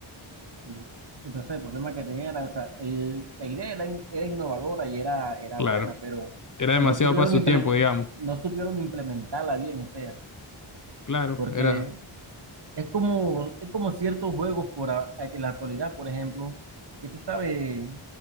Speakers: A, on the right (about 55°); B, on the left (about 40°).
A: Sí. Entonces el problema que tenía era, o sea, el- la idea era, in- era innovadora y era, era
B: Claro,
A: buena, pero,
B: era
A: pero
B: demasiado
A: no supieron
B: para su
A: imple-
B: tiempo, digamos.
A: no supieron implementarla bien, o sea,
B: Claro,
A: porque
B: era...
A: Es como, es como ciertos juegos por a- en la actualidad, por ejemplo, que tú sabes,